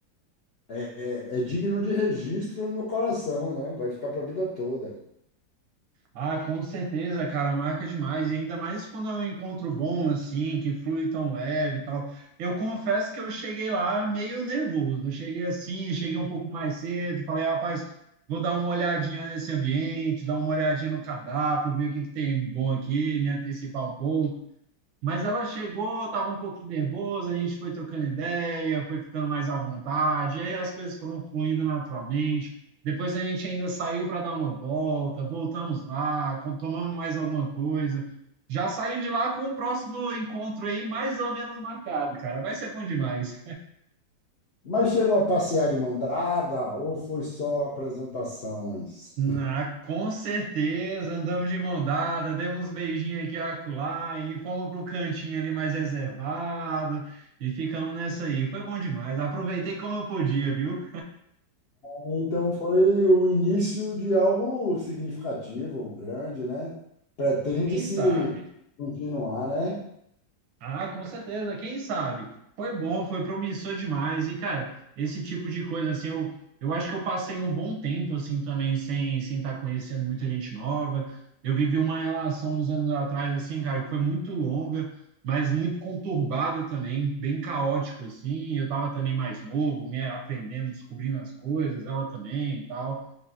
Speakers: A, on the left (about 80°); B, on the right (about 85°).
A: é, é é digno de registro no coração, né? Vai ficar para a vida toda.
B: Ah, com certeza, cara, marca demais. E ainda mais quando é um encontro bom, assim, que flui tão leve e tal. Eu confesso que eu cheguei lá meio nervoso. Eu cheguei assim, cheguei um pouco mais cedo. Falei, "Ah, rapaz, vou dar uma olhadinha nesse ambiente, dar uma olhadinha no cardápio, ver o que que tem bom aqui, me antecipar um pouco. Mas ela chegou, estava um pouquinho nervosa, a gente foi trocando ideia, foi ficando mais à vontade, e aí as coisas foram fluindo naturalmente. Depois a gente ainda saiu para dar uma volta, voltamos lá, com- tomamos mais alguma coisa. Já saí de lá com o próximo encontro aí mais ou menos marcado, cara. Vai ser bom demais.
A: Mas chegou a passear de mão dada ou foi só apresentações?
B: Ah, com certeza, andamos de mão dada, demos um beijinho aqui e acolá e fomos para o cantinho ali mais reservado e ficamos nessa aí. Foi bom demais, aproveitei como eu podia, viu?
A: Então foi o início de algo significativo, grande, né? Pretende-se
B: Quem sabe?
A: continuar, né?
B: Ah, com certeza, quem sabe? Foi bom, foi promissor demais. E, cara, esse tipo de coisa, assim, eu, eu acho que eu passei um bom tempo, assim, também, sem sem estar conhecendo muita gente nova. Eu vivi uma relação uns anos atrás, assim, cara, que foi muito longa, mas muito conturbada também, bem caótico, assim. Eu tava também mais novo, me aprendendo, descobrindo as coisas, ela também e tal.